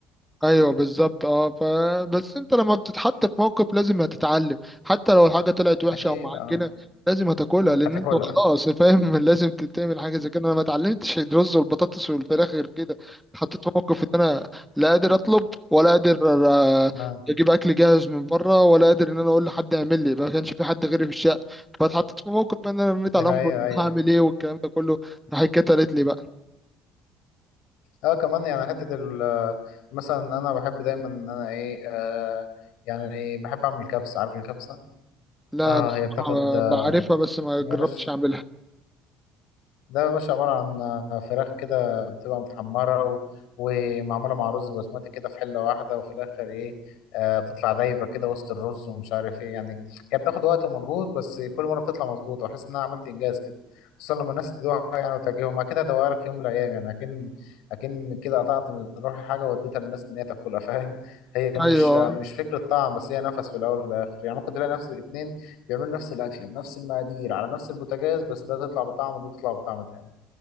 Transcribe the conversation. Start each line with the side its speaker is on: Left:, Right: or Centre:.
Centre: ايوه بالظبط اه فبس انت لما بتتحط في موقف لازم هتتعلم حتى لو الحاجه طلعت وحشه
Left: اكيد
Centre: او معجنه
Left: اه
Centre: لازم هتاكلها لان
Left: هتاكلها
Centre: انت خلاص فاهم <laughs> لازم تتعمل حاجه زي كده انا ما اتعلمتش الرز والبطاطس والفراخ غير كده اتحطيت في موقف ان انا لا قادر اطلب ولا قادر آه،
Left: اه
Centre: اجيب اكل جاهز من بره ولا قادر ان انا اقول لحد يعمل لي ما كانش في حد غيري في الشقه فاتحطيت في موقف بقى ان انا رميت
Left: دي
Centre: على
Left: حقيقة
Centre: امر
Left: ايوه
Centre: هعمل ايه والكلام ده كله راح اتكترت لي بقى
Left: اه كمان يعني حتة ال آه، مثلا انا بحب دايما ان انا ايه آه يعني بحب اعمل كبسة عارف الكبسة
Centre: لا
Left: اه
Centre: بصراحه
Left: هي بتاخد آه،
Centre: بعرفها بس ما
Left: يا
Centre: جربتش
Left: باشا
Centre: اعملها
Left: ده يا باشا عبارة عن فراخ كده بتبقى متحمرة و... ومعمولة مع رز بسمتي كده في حلة واحدة وفي الآخر إيه آه بتطلع دايبة كده وسط الرز ومش عارف إيه يعني هي بتاخد وقت ومجهود بس كل مرة بتطلع مظبوطة وأحس إن أنا عملت إنجاز كده خصوصا لما الناس تدوقها يعني وتعجبهم أكيد هدوقها لك في يوم من الأيام يعني أكن أكن كده قطعت من روحي حاجة واديتها للناس إن هي تاكلها فاهم هي مش
Centre: ايوه
Left: مش فكرة طعم بس هي نفس في الأول وفي الآخر يعني ممكن تلاقي نفس اتنين بيعملوا نفس الأكلة بنفس المقادير على نفس البوتاجاز بس ده تطلع بطعم وده تطلع بطعم تاني